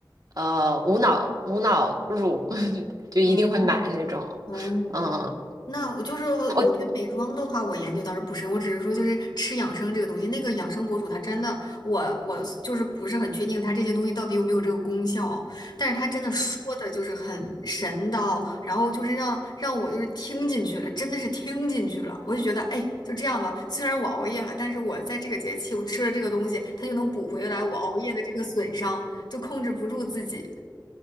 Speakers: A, on the right (about 55°); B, on the left (about 65°).
A: 呃无脑无脑入，<laughs> 就一定会买那种。
B: 嗯，哦，
A: 嗯，
B: 那我就是我对美妆的话，
A: 我
B: 我研究倒是不深，我只是说就是吃养生这个东西，那个养生博主他真的，我我就是不是很确定他这些东西到底有没有这个功效，但是他真的说的就是很神叨，然后就是让让我就是听进去了，真的是听进去了，我就觉得哎，就这样吧，虽然我熬夜了，但是我在这个节气我吃了这个东西，它就能补回来我熬夜的这个损伤，就控制不住自己。